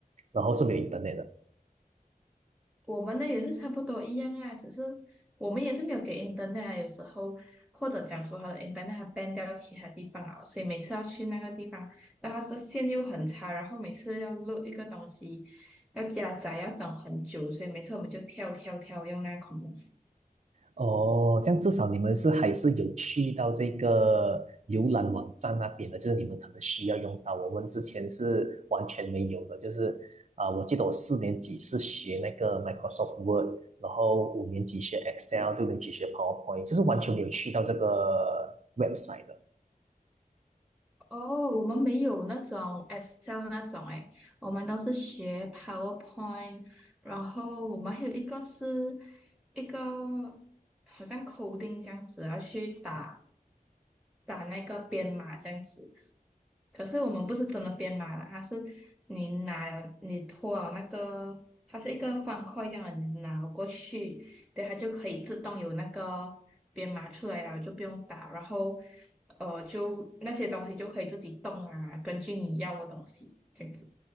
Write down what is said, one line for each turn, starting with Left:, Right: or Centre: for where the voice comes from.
Right: 然后是没有 internet 的。
Centre: 我们的也是差不多一样啊，只是我们也是没有给 internet 啊，有时候或者讲说他的 internet 它 ban 掉其他地方了，所以每次要去那个地方，但它的线又很差，然后每次要录一个东西，要加载要等很久，所以每次我们就跳跳跳用那个恐龙。
Right: 哦，这样至少你们是还是有去到这个浏览网站那边的，就是你们可能需要用到。我们之前是完全没有的，就是啊、我记得我四年级是学那个 Microsoft Word，然后五年级学 Excel，六年级学 PowerPoint，就是完全没有去到这个 website 的。
Centre: 哦，我们没有那种 Excel 那种诶，我们都是学 PowerPoint，然后我们还有一个是一个好像 coding 这样子，要去打打那个编码这样子。可是我们不是真的编码啦，它是你拿你拖了那个，它是一个方块这样的，你拿过去，对，它就可以自动有那个编码出来了，就不用打。然后呃，就那些东西就可以自己动啊，根据你要的东西这样子。